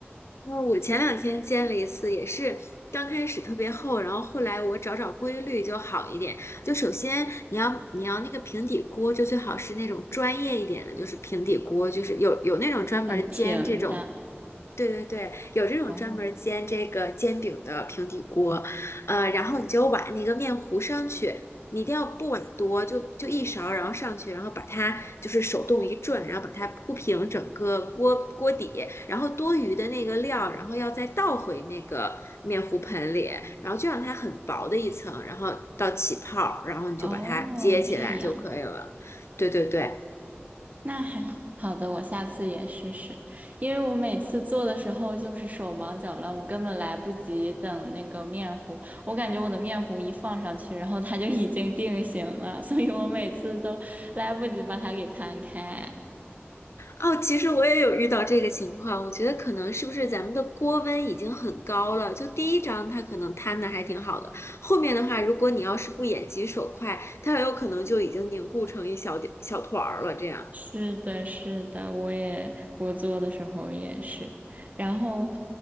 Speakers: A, on the left (about 85°); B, on the right (about 40°).
A: 那我前两天煎了一次，也是刚开始特别厚，然后后来我找找规律就好一点。就首先你要你要那个平底锅，就最好是那种专业一点的，就是平底锅，就是有有那种专门煎这种
B: 很平的。
A: 对对对，有这种专门儿煎这个煎饼的平底锅，
B: 哦
A: 呃，然后你就把那个面糊上去，你一定要不碗多，就就一勺，然后上去，然后把它就是手动一转，然后把它铺平整个锅锅底，然后多余的那个料，然后要再倒回那个面糊盆里，然后就让它很薄的一层，然后到起泡儿，然后你就把它接起来就可以了。
B: 哦，这样。
A: 对对对。
B: 那还好的，我下次也试试。因为我每次做的时候就是手忙脚乱，我根本来不及等那个面糊。我感觉我的面糊一放上去，然后它就已经定型了，所以我每次都来不及把它给摊开。
A: 哦，其实我也有遇到这个情况，我觉得可能是不是咱们的锅温已经很高了？就第一张它可能摊的还挺好的，后面的话，如果你要是不眼疾手快，它很有可能就已经凝固成一小点小团儿了，这样。
B: 是的，是的，我也我做的时候也是。然后，